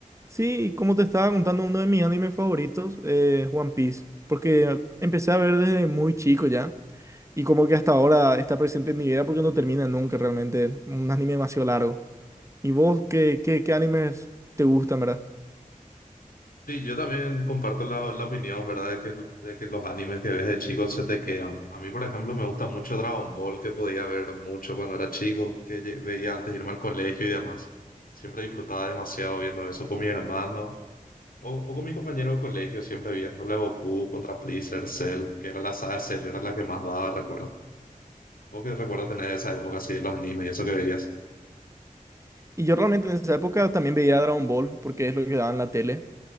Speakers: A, on the right (about 20°); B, on the left (about 80°).
A: Sí, como te estaba contando, uno de mis animes favoritos es One Piece, porque empecé a ver desde muy chico ya, y como que hasta ahora está presente en mi vida porque no termina nunca realmente, un anime demasiado largo. ¿Y vos qué, qué, qué animes te gustan, verdad?
B: Sí, yo también comparto la, la opinión, ¿verdad? De que, de que los animes que ves de chicos se te quedan. A mí, por ejemplo, me gusta mucho Dragon Ball, que podía ver mucho cuando era chico, que lle- veía antes de irme al colegio y demás. Siempre disfrutaba demasiado viendo eso con mi hermano o, o con mi compañero de colegio, siempre viéndole Goku contra Freezer, Cell, que era la saga Cell, era la que más daba, recuerdo. ¿Vos qué recuerdo tener de esa época así de los animes y eso que veías?
A: Y yo realmente en esa época también veía Dragon Ball, porque es lo que daba en la tele.